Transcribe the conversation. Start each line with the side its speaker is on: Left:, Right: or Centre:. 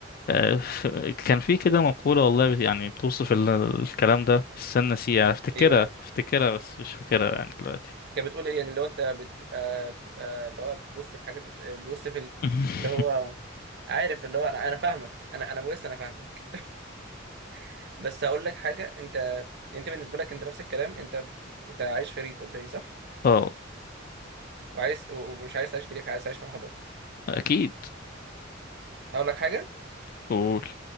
Left: آه، ف- كان في كده مقولة والله بت- يعني بتوصف ال- الكلام ده بس أنا نسيها أفتكرها
Right: ايه بقى
Left: أفتكرها بس مش فاكرها يعني دلوقتي
Right: كانت بتقول ايه يعني لو انت بتبقى بتبقى اللي هو بتبص في حاجه بتبص في ال-
Left: <laughs>
Right: اللي هو عارف اللي هو انا انا فاهمك انا انا بص انا فاهمك <laughs> بس هقول لك حاجه انت انت بالنسبه لك انت نفس الكلام انت انت عايش في ريف قلت لي صح
Left: اه
Right: وعايز و- ومش عايز تعيش في ريف عايز تعيش في حضر
Left: أكيد
Right: اقول لك حاجه
Left: قول